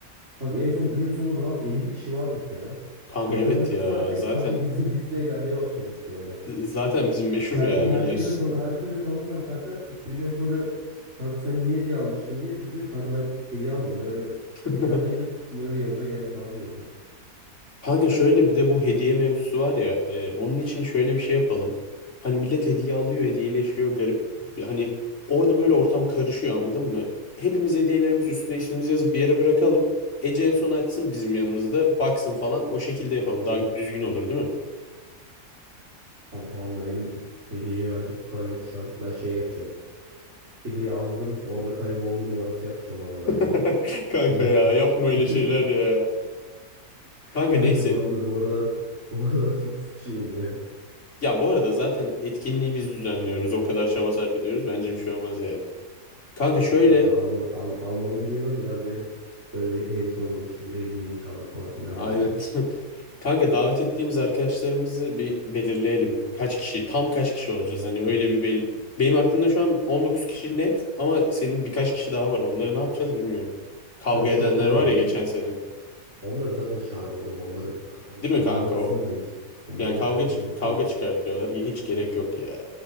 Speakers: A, on the right; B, on the left.
A: Kanka en son gün sonu rahat 50 kişi vardık ya.
B: kanka
A: Mekandaki
B: evet ya
A: tüm herkes
B: zaten
A: kanka bizle bizle eğlenmeye başlamıştı yani.
B: zaten bizim meşhur
A: Herkes
B: ya
A: herkese
B: biliyorsun.
A: tan herkese tanımıyorum kanka. Çocuğa soruyorum. Kanka sen ne hediye almıştın diye. Çocuk diyor ki, kanka ben hediye almadım. Ben öyle
B: <laughs>
A: mekandaydım. Sizin öyle yanınıza geldim falan diyordu.
B: Kanka şöyle bir de bu hediye mevzusu var ya e, onun için şöyle bir şey yapalım. Hani millet hediye alıyor, hediyeleşiyor garip. bir- Hani orada böyle ortam karışıyor anladın mı? Hepimiz hediyelerimiz üstüne ismimizi yazıp bir yere bırakalım. Ece en son açsın bizim yanımızda baksın falan o şekilde yapalım. Daha düzgün olur değil mi?
A: Kanka valla benim hediyeye verecek para yok şu an. Ben şey yapacağım. Hediye aldım. Orada kayboldu numarası yapacağım valla
B: <laughs>
A: ya.
B: Kanka
A: Şimdi
B: ya yapma öyle
A: <laughs>
B: şeyler ya. Kanka
A: kanka
B: neyse.
A: valla bu aralar bu aralar çok sıkışığım ya.
B: Ya bu arada zaten etkinliği biz düzenliyoruz. O kadar çaba sarf ediyoruz. Bence bir şey olmaz yani. Kanka şöyle
A: Yok kanka almadım, al, almadım diyemem. Biraz da hem böyle bir heyecan olur işte bir hediyeyi mi çaldı falan filan
B: Aynen.
A: diye.
B: <laughs> Kanka davet ettiğimiz arkadaşlarımızı bir belirleyelim. Kaç kişi, tam kaç kişi olacağız? Hani öyle bir belli. Benim aklımda şu an 19 kişi net ama senin birkaç kişi daha var. Onları ne yapacağız bilmiyorum. Kavga
A: Kanka çok
B: edenler
A: da olmuyor.
B: var ya geçen sene.
A: Onları zaten çağırma oğlum. Onları kafan,
B: Değil
A: kafandan
B: mi kanka o?
A: sil direkt. Onları
B: Yani
A: direkt
B: kavga
A: kafandan
B: çık- kavga
A: sil.
B: çıkartıyorlar. Ya Hiç gerek yok ya.